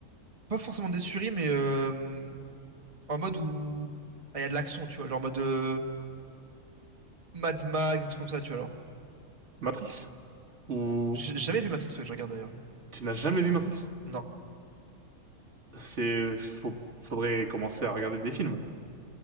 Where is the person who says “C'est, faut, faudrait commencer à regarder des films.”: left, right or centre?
Right